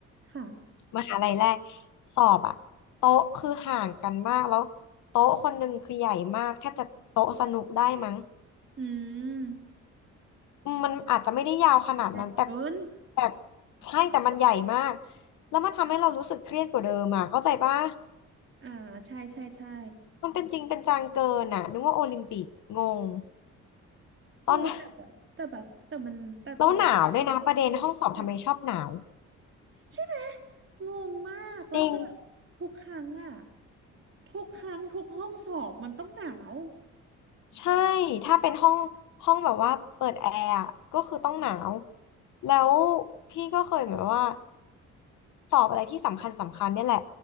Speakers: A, on the right; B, on the left.
A: ค่ะ
B: มหาลัยแรกสอบอ่ะโต๊ะคือห่างกันมากแล้วโต๊ะคนหนึ่งคือใหญ่มากแทบจะโต๊ะสนุกได้มั้ง
A: อืม
B: มันอาจจะไม่ได้ยาวขนาดนั้นแต่
A: ได่เกิน
B: แต่ใช่แต่มันใหญ่มากแล้วมันทำให้เรารู้สึกเครียดกว่าเดิมอ่ะเข้าใจปะ
A: อ่าใช่ใช่ใช่
B: มันเป็นจริงเป็นจังเกินอ่ะนึกว่าโอลิมปิกงง
A: เออแต่แบบแต่แบบแต่มันแต่โต๊ะทุกโต๊ะ
B: ตอน <laughs> แล้วหนาวด้วยนะประเด็นห้องสอบทำไมชอบหนาว
A: ใหญ่ใช่ไหมงงมากแล้วคือแบบทุกครั้งอะ
B: จริง
A: ทุกครั้งทุกห้องสอบมันต้องหนาว
B: ใช่ถ้าเป็นห้องห้องแบบว่าเปิดแอร์อะก็คือต้องหนาวแล้วพี่ก็เคยแบบว่า สอบอะไรที่สำคัญสำคัญเนี่ยแหละ